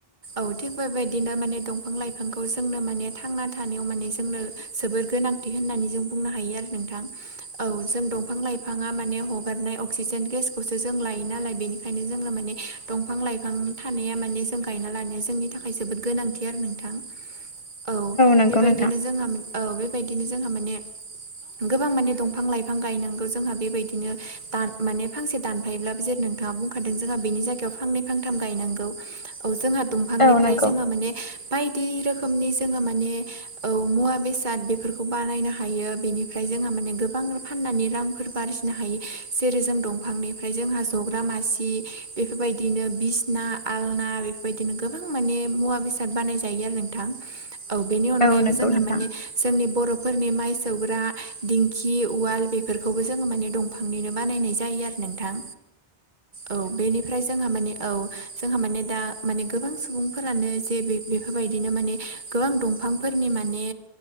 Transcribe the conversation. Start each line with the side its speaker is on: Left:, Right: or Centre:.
Right: औ <unintelligible> बिदिनो माने दंफां लाइफांखौ जोंनो माने थांना थानायाव माने जोंनो जोबोर गोनां थि होननानै जों बुंनो हायो आरो नोंथां औ जों दंफां लाइफाङा माने हगारनाय अक्सिजेन गेसखौसो जों लायो नालाय बेनिखायनो जोंनो माने दंफां लाइफां थानाया माने जों गायना लानाया जोंनि थाखाय जोबोद गोनांथि आरो नोंथां औ
Left: नंगौ
Right: बेबायदिनो
Left: नोंथां
Right: जोंहा औ बेबायदिनो जोंहा माने गोबां माने दंफां बिफां लाइफां गायनांगौ जोंहा बेबायदिनो दान माने फांसे दानफायोब्ला जेरै नोंथाङा बुंखादों जोंहा बेनि जायगायाव फांनै फांथाम गायनांगौ औ जोंहा दंफांनिफ्राय
Left: औ नंगौ
Right: जोङो माने बायदि रोखोमनि जोङो माने औ मुवा बेसाद बेफोरखौ बानायनो हायो बेनिफ्राय जोंहा माने गोबां फाननानै रांफोर बो आरजिनो हायो जेरै जों दंफांनिफ्राय जोंहा जग्रा मासि बेफोरबायदिनो बिसना आलना बेफोरबायदिनो गोबां माने मुवा बेसाद बानाय जायो आरो नोंथां औ बेनि अनगायैबो
Left: औ नंगौ
Right: जोंहा
Left: नोंथां
Right: माने जोंनि बर'फोरनि माइ सौग्रा दिं खि उवाल बेफोरखौबो जोङो माने दंफांनिनो बानायनाय जायो आरो नों थां औ बेनि जोंहा माने औ जोंहा माने दा माने गोबां सुबुंफोरानो जे बे बेफोरबायदिनो माने गोबां दंफांफोरनि माने